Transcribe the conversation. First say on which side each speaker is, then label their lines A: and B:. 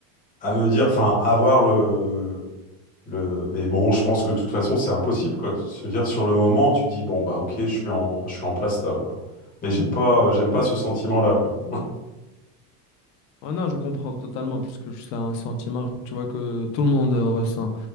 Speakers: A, on the left (about 15°); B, on the left (about 55°).
A: à me dire, enfin, à voir le, le, mais bon, je pense que de toute façon, c'est impossible, quoi. Se dire, sur le moment, tu dis, bon, bah, ok, je suis en, je suis en presta, quoi. Mais j'aime pas, j'aime pas
B: Ouais,
A: ce
B: exactement.
A: sentiment-là, quoi.
B: Ouais, non, je comprends totalement parce que c'est un sentiment, tu vois, que tout le monde euh, ressent.